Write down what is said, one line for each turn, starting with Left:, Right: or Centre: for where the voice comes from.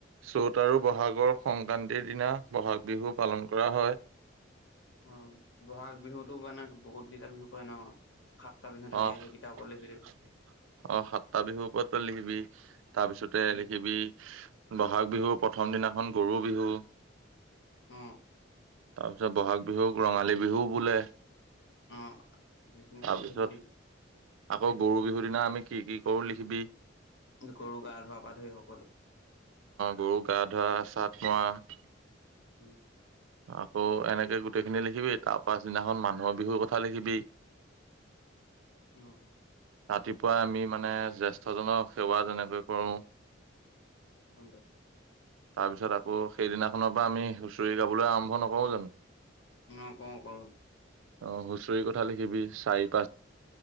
Right: চ'ত আৰু ব'হাগৰ সংক্ৰান্তিৰ দিনা, বহাগ বিহু পালন কৰা হয়।
Left: অ' ব'হাগ বিহুতো মানে, বহুত কেইটা বিহু পাৰে ন? সাতটা বিহু থাকে
Right: অ'!
Left: সেইকেইটাৰ ওপৰত
Right: অ'!
Left: লিখি দিম
Right: সাতটা বিহুৰ ওপৰত তই লিখিবি। তাৰ পিছতে
Left: উম,
Right: লিখিবি ব'হাগ বিহু প্ৰথম দিনাখন, গৰু বিহু
Left: অ'!
Right: তাৰপিছত বহাগ বিহুক ৰঙালী বিহু বোলে।
Left: অ' সেইখিনি
Right: তাৰপিছত
Left: বাৰু লিখি দিম।
Right: আকৌ গৰু বিহুৰ দিনা, আমি কি কি কৰোঁ লিখিবি।
Left: গৰু গা ধোৱা পা ধৰি সকলো
Right: গৰু গা ধোৱা চাট অ'!
Left: উম!
Right: আকৌ এনেকে গোটেইখিনি লিখিবি, তাৰ পাছদিনাখন মানুহৰ বিহুৰ কথা লিখিবি।
Left: অ'!
Right: ৰাতিপুৱা আমি মানে, জ্যেষ্ঠজনক সেৱা যেনেকৈ কৰোঁ
Left: <inaudible>
Right: তাৰ পিছত আকৌ, সেইদিনাখনৰ পৰা আমি হুঁচৰি গাবলৈ আৰম্ভ নকৰোঁ জানোঁ?
Left: অ'! কওঁ কৰোঁ।
Right: অ'! হুঁচৰি কথা লিখিবি, চাৰি পাঁচ-